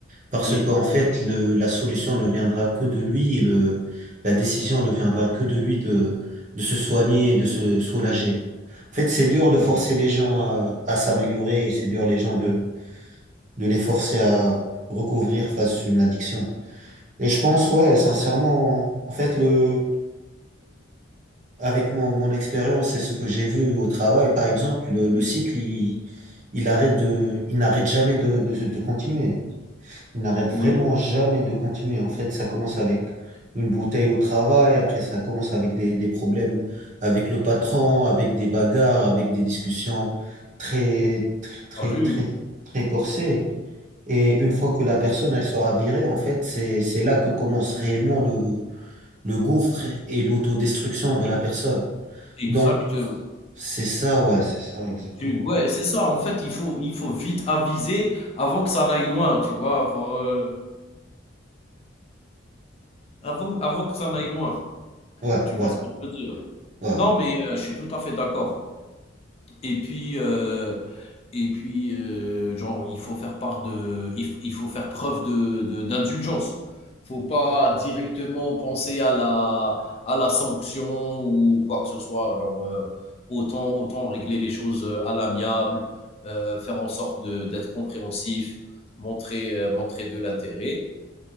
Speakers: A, on the right; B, on the left.
A: Parce
B: oui,
A: qu'en fait, le, la solution ne viendra que de lui et le, la décision ne viendra que de lui de, de se soigner et de se soulager. En fait, c'est dur de
B: oui,
A: forcer les gens à, à s'améliorer et c'est dur les gens de, de les forcer à recouvrir face à une addiction. Et je pense, ouais, sincèrement, en fait, le, avec mon, mon expérience et ce que j'ai vu au travail, par exemple, le, le
B: oui,
A: cycle, il, il arrête de, il n'arrête jamais de, de, de continuer. Il n'arrête
B: oui.
A: vraiment jamais de continuer. En fait, ça commence avec une bouteille au travail, après ça commence avec des, des problèmes avec le patron, avec des bagarres, avec des discussions très, très,
B: T'as vu?
A: très, très, très corsées. Et une fois que la personne, elle sera virée, en fait, c'est, c'est là que commence réellement le, le gouffre et l'autodestruction de la personne.
B: Exactement.
A: Donc, c'est ça, ouais, c'est ça, exactement.
B: Tu ouais, c'est ça, en fait, il faut il faut vite aviser avant que ça n'aille loin, tu vois? Faut, heu, avant avant que ça n'aille loin.
A: Ouais,
B: Tu vois
A: ouais,
B: ce que je veux dire?
A: ouais,
B: Non, mais heu, je suis tout à fait d'accord. Et puis, heu et puis, heu, genre, il faut faire part de il f il faut faire preuve de de d'indulgence. Faut pas directement penser à la à la sanction ou quoi que ce soit, genre, heu, autant autant régler les choses, heu, à l'amiable, heu, faire en sorte de d'être compréhensif, montrer, heu, montrer de l'intérêt.